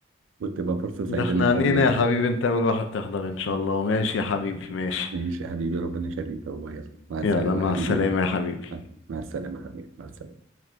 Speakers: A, on the right; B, on the left.
A: وتبقى فرصة سعيدة
B: ده احنا
A: نتقابله
B: عنينا يا حبيبي انت اول واحد تحضر ان شاء الله ماشي يا حبيبي ماشي
A: ماشي يا حبيبي ربنا يخليك هو يلا مع السلامة
B: يلا مع
A: يا حبيبي
B: السلامة يا حبيبي
A: مع السلامة يا حبيبي مع السلامة